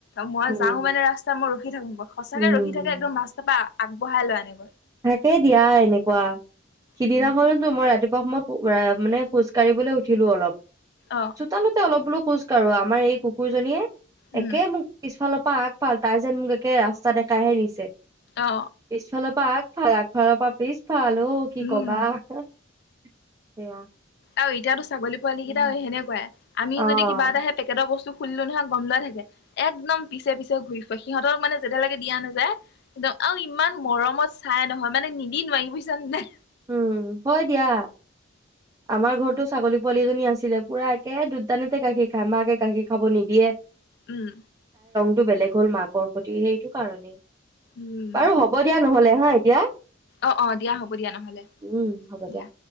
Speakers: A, on the left (about 55°); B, on the right (about 20°).
A: মই
B: উম,
A: যাওঁ মানে ৰাস্তা মই ৰখি থাকো। সচাকে
B: উম,
A: ৰখি থাকে একদম ৰাস্তাৰপা আগবঢ়াই লৈ আনে।
B: থাকেই দিয়া এনেকুৱা। সিদিনাখনোতো
A: উম
B: মই ৰাতিপুৱা সময় মানে খোজ কাঢ়িবলৈ উঠিলো অলপ,
A: অ
B: চোতালোতে অলপ বোলো খোজ কাঢ়ো। আমাৰ এই কুকুৰজনীয়ে
A: উম
B: একে মোক পিছফালৰ পা আগফাল তাই যেন মোক একে ৰাস্তা দেখাই হে নিছে
A: অ
B: পিছফালৰ পা আগ ফাল আগফালৰ পৰা পিছ ফালৰ অ', কি
A: উম
B: কবা, সেয়া।
A: আৰু এতিয়াতো ছাগলী পোৱালী কেইটাও
B: উম।
A: সেনেকুৱাই। আমি
B: অ'
A: যদি কিবা এটা হে পেকেটৰ বস্তু খুলিলো নহয় গম লয় থাকে, একদম পিছে পিছে ঘূৰি ফুৰে সিহঁতক মানে যেতিয়ালৈকে দিয়া নযায় একদম আৰু ইমান মৰমত চাই নহয় মানে নিদি নোৱাৰি বুজিছানে নাই।
B: উম, হয় দিয়া আমাৰ ঘৰতো ছাগলী পোৱালী এজনী আছিলে, পুৰা একে দুত তানোতে গাখীৰ খায়, মাকে গাখীৰ খাব নিদিয়ে।
A: উম।
B: টো বেলেগ হ'ল মাকৰ সৈতে সেইটো কাৰণেই
A: উম
B: বাৰু হ'ব দিয়া নহ'লে হা এতিয়া।
A: অ', অ' দিয়া হ'ব দিয়া নহলে
B: উম হ'ব
A: দিয়া।